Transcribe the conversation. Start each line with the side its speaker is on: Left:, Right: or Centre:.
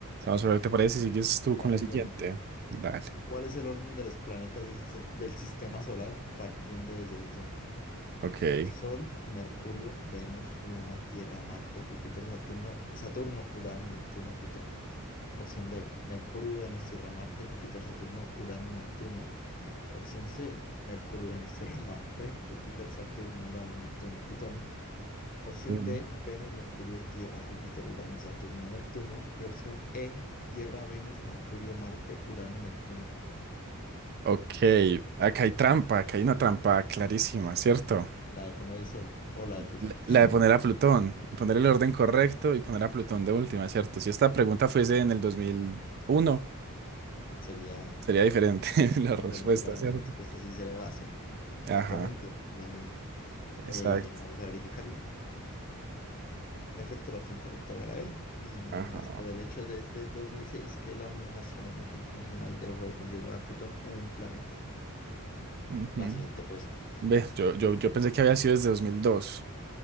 Right: Vamos a ver, ¿te parece? Sigues tú
Left: La
Right: con la
Left: siguiente.
Right: siguiente. Dale.
Left: ¿Cuál es el orden de los planetas del, se- del sistema solar partiendo desde su centro?
Right: Ok.
Left: Sol, Mercurio, Venus, Luna, Tierra, Marte, Júpiter, Saturno, Saturno, Urano, Neptuno, Plutón. Opción B, Mercurio, Venus, Tierra, Marte, Júpiter, Saturno, Urano, Neptuno. Opción C, Mercurio, Venus, <laughs> Tierra, Marte, Júpiter, Saturno, Urano, Neptuno, Plutón. Opción
Right: Mm.
Left: D, Venus, Mercurio, Tierra, Júpiter, Urano, Saturno, Neptuno. Y opción E, Tierra, Venus, Mercurio, Marte, Urano, Neptuno, Plutón.
Right: Ok, acá hay trampa, acá hay una trampa clarísima, ¿cierto?
Left: La de poner el sol o la de Plutón.
Right: La la
Left: <laughs>
Right: de poner a Plutón, poner el
Left: La
Right: orden
Left: de poner
Right: correcto
Left: Plutón.
Right: y poner a Plutón de última, ¿cierto? Si esta pregunta fuese en el dos mil uno
Left: Sería,
Right: sería diferente <laughs> la
Left: sería
Right: respuesta,
Left: diferente la,
Right: ¿cierto?
Left: la respuesta si sería la C. Pero
Right: Ajá,
Left: actualmente la B.
Right: exacto.
Left: Eh, vamos a verificarlo. En efecto, la opción correcta era la B, y
Right: Ajá.
Left: es por el hecho de desde 2006 que la Unión Astronómica Internacional dejó de considerar a Plutón un planeta.
Right: ujú.
Left: La siguiente, pues, son-
Right: Ve, yo, yo, yo pensé que había sido desde 2002.